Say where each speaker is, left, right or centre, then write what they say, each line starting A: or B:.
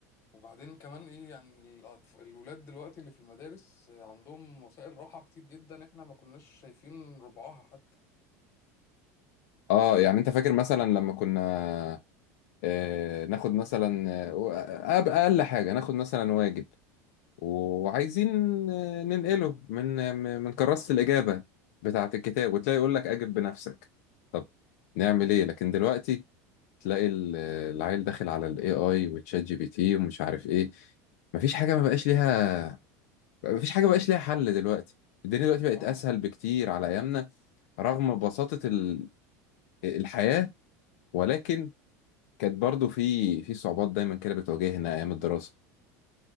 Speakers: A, on the left; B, on the left.
A: وبعدين كمان ايه يعني الأطف... الولاد دلوقتي اللي في المدارس آه، عندهم وسائل راحه كتير جدا احنا ما كناش شايفين ربعها حتى
B: آه يعني أنت فاكر مثلا لما كنا آه، ناخد مثلا آه، أب- اقل حاجه ناخد مثلا واجب وعايزين آه، ننقله من آه، من كراسه الاجابه بتاعه الكتاب وتلاقي يقول لك اجب بنفسك طب نعمل ايه لكن دلوقتي تلاقي ال- العيل داخل على الاي اي وتشات جي بي تي ومش عارف ايه مفيش حاجه ما بقاش ليها مفيش حاجه ما بقاش ليها حل دلوقتي الدنيا دلوقتي بقت
A: اه
B: اسهل بكتير على ايامنا رغم بساطه ال- الحياه ولكن كانت برضو في في صعوبات دايما كده بتواجهنا ايام الدراسه